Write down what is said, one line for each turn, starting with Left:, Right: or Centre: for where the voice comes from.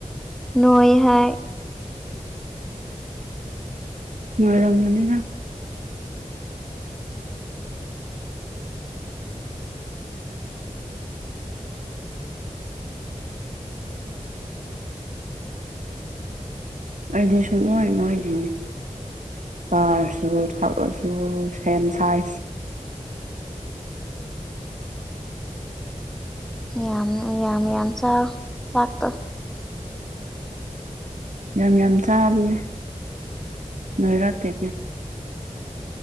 Centre: ꯅꯣꯏ ꯍꯥꯏ
Right: ꯅꯣꯏꯔꯝꯃꯅꯤ ꯅꯪ ꯑꯩꯗꯤ ꯁꯨꯛꯅꯣꯏ ꯅꯣꯏꯗꯦꯅꯦ ꯆꯥꯔꯁꯨ ꯊꯛꯑꯁꯨ ꯁꯦꯝ ꯁꯥꯏꯖ
Centre: ꯌꯥꯝꯅ ꯌꯥꯝ ꯌꯥꯝ ꯆꯥꯎ ꯆꯥꯛꯇꯣ
Right: ꯌꯥꯝ ꯌꯥꯝ ꯆꯥꯕꯅꯦ ꯅꯣꯏꯔꯛꯇꯦꯅꯦ